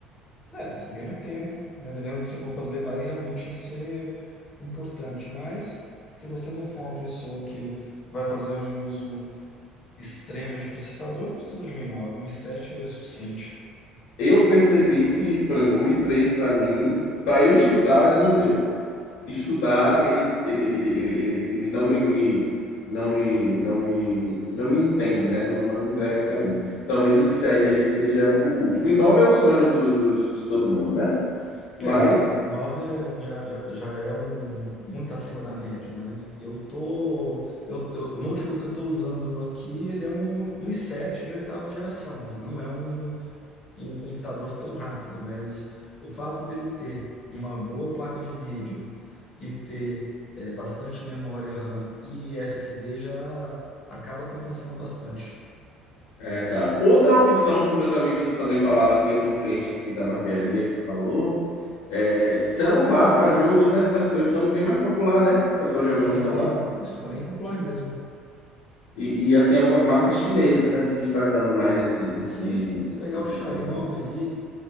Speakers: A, on the left; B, on the left.
A: É, você ganha tempo, né? Dependendo do que você for fazer, vai realmente ser importante. Mas se você não for uma pessoa que vai fazer um uso extremo de processador, não precisa de um i9, um i7 é suficiente.
B: Eu percebi que, por exemplo, o i3 para mim, para eu estudar, não deu. estudar, ele, ele, ele, ele, ele, ele não me, me- não me, não me, não me entende, né? Não, não entrega para mim. Talvez os sete aí seja o último. E nove é o sonho do, dos- de todo mundo, né? Mas,
A: É, 9 é- já, já, já é um muito acima da média, né? Eu tô, eu, eu- o notebook que eu tô usando aqui, ele é um, um i7 de oitava geração. Ele não é um um computador tão rápido, mas o fato dele ter uma boa placa de vídeo e ter eh, bastante memória RAM e SSD já acaba compensando bastante.
B: é, exato. Outra opção que meus amigos também falaram aqui, eu tenho um cliente aqui da barbearia que falou, é celular para jogos, né? Tá ficando bem mais popular, né? O pessoal jogando
A: Sim,
B: no celular.
A: sim, isso tá bem popular mesmo.
B: E, e assim, algumas marcas chinesas, né? Se destacando mais nesse, nesse,
A: Sim, sim, se você pegar
B: nesse
A: o Xiaomi
B: campo.
A: ali,